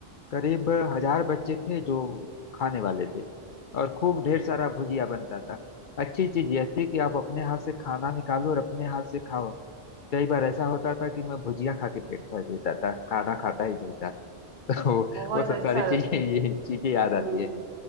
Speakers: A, on the left; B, on the right.
A: करीब हजार बच्चे थे जो खाने वाले थे और खूब ढेर सारा भुजिया बनता था अच्छी चीज यह थी कि आप अपने हाथ से खाना निकालो और अपने हाथ से खाओ कई बार ऐसा होता था कि मैं भुजिया खा के पेट भर लेता था खाना खाता ही नहीं था <laughs> तो
B: बहुत
A: वो सब
B: अच्छा
A: सारी चीजें ये चीजें याद
B: हम्म
A: आती है